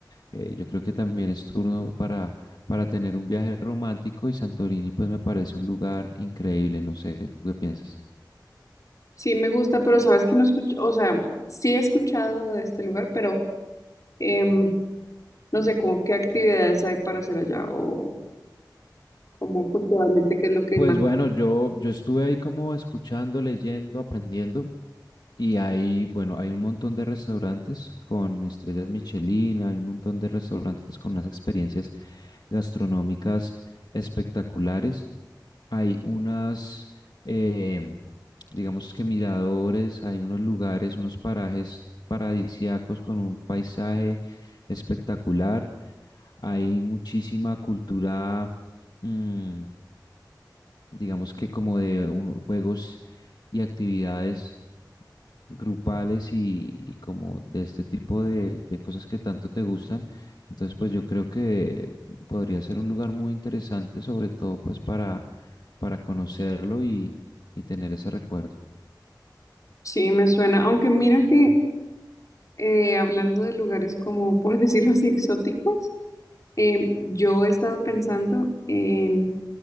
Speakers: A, on the left (about 65°); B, on the left (about 45°).
A: Eh, yo creo que también es turno para, para tener un viaje romántico y Santorini pues me parece un lugar increíble, no sé, ¿tú qué piensas?
B: Sí, me gusta, pero sabes que no escucho, o sea, sí he escuchado de este lugar, pero em, no sé como qué actividades hay para hacer allá o como culturalmente qué es lo que
A: Pues
B: más.
A: bueno, yo, yo estuve ahí como escuchando, leyendo, aprendiendo. Y hay, bueno, hay un montón de restaurantes con estrellas Michelin, hay un montón de restaurantes con unas experiencias gastronómicas espectaculares. Hay unas, eh, digamos que miradores, hay unos lugares, unos parajes paradisíacos con un paisaje espectacular. Hay muchísima cultura, mm, digamos que como de un- juegos y actividades grupales y, y como de este tipo de, de cosas que tanto te gustan. Entonces, pues yo creo que podría ser un lugar muy interesante, sobre todo pues para, para conocerlo y, y tener ese recuerdo.
B: Sí, me suena, aunque mira que eh, hablando de lugares como, por <laughs> decirlo así, exóticos, em, yo he estado pensando en